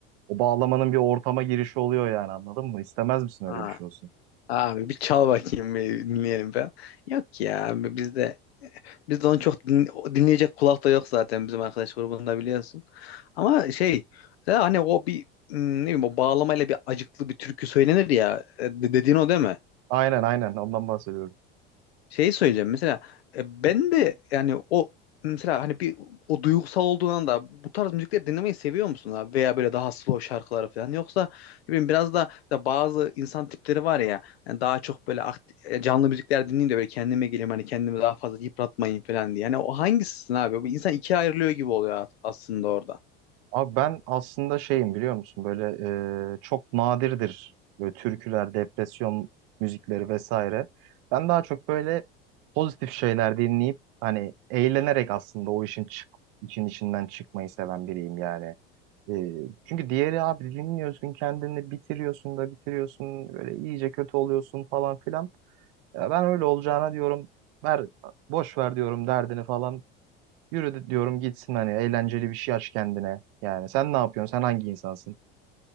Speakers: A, on the right; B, on the left.
A: o bağlamanın bir ortama girişi oluyor yani anladın mı istemez misin
B: Ha,
A: öyle bir şey olsun
B: abi bir çal bakayım bir dinleyelim falan. Yok ya abi bizde bizde onu çok din- dinleyecek kulak da yok zaten bizim arkadaş grubunda biliyorsun. Ama şey ya hani o bir hmm, ne bileyim o bağlamayla bir acıklı bir türkü söylenir ya E, de- dediğin o değil mi?
A: aynen aynen ondan bahsediyorum.
B: Şey söyleyeceğim mesela e, ben de yani o mesela hani bir o duygusal olduğundan da bu tarz müzikleri dinlemeyi seviyor musun abi? Veya böyle daha slow şarkıları falan yoksa ne bileyim biraz da mesela bazı insan tipleri var ya yani daha çok böyle akt- e, canlı müzikler dinleyeyim de böyle kendime geleyim hani kendimi daha fazla yıpratmayayım falan diye. Yani o hangisisin abi? Bu insan ikiye ayrılıyor gibi oluyor a- aslında orada.
A: Abi ben aslında şeyim biliyor musun böyle e, çok nadirdir böyle türküler, depresyon müzikleri vesaire. Ben daha çok böyle pozitif şeyler dinleyip hani eğlenerek aslında o işin çık için içinden çıkmayı seven biriyim yani. E, çünkü diğeri abi dinliyorsun kendini bitiriyorsun da bitiriyorsun böyle iyice kötü oluyorsun falan filan. Ya ben öyle olacağına diyorum ver boş ver diyorum derdini falan Yürü de- diyorum gitsin hani eğlenceli bir şey aç kendine. Yani sen ne yapıyorsun? Sen hangi insansın?